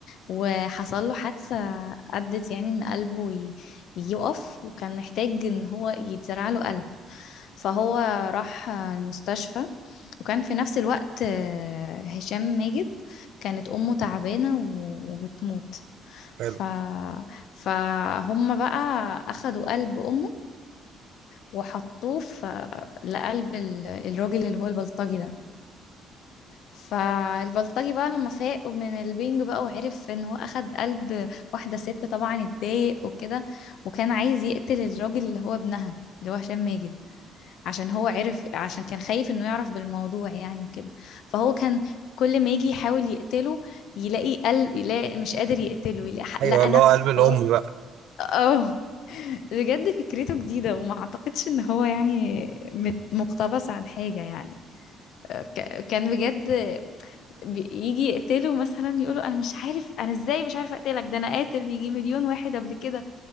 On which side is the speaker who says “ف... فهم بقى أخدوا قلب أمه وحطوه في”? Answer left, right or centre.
Left